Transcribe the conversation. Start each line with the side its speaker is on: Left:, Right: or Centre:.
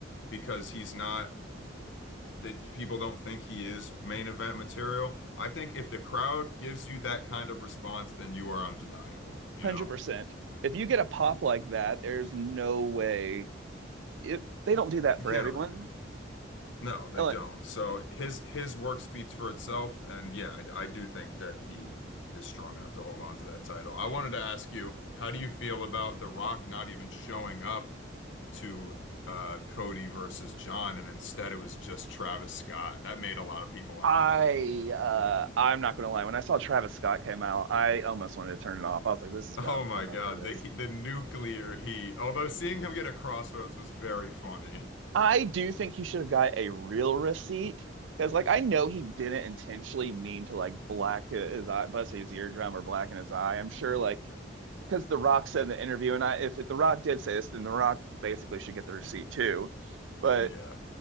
Left: because he's not that people don't think he is main event material. I think if the crowd gives you that kind of response, then you are undeniable, you
Right: 100%.
Left: know?
Right: If you get a pop like that, there's no way it, they don't do that
Left: You
Right: for
Left: can't
Right: everyone.
Left: argue. No, they
Right: Uh, Like,
Left: don't. So his his work speaks for itself, and yeah, I, I do think that he is strong enough to hold on to that title. I wanted to ask you, how do you feel about The Rock not even showing up to uh, Cody versus John, and instead it was just Travis Scott? That made a lot of people
Right: I
Left: angry.
Right: uh I'm not gonna lie. When I saw Travis Scott came out, I almost wanted to turn it off. I was like, this is
Left: Oh
Right: dumb.
Left: my
Right: I'm
Left: God,
Right: over this.
Left: the he- the nuclear heat. Although seeing him get a crossroads was very funny.
Right: I do think he should have got a real receipt because, like, I know he didn't intentionally mean to like black his eye, bust his eardrum or blacken his eye. I'm sure, like, because The Rock said in the interview, and I, if it, The Rock did say this, then The Rock basically should get the receipt too. But
Left: Yeah.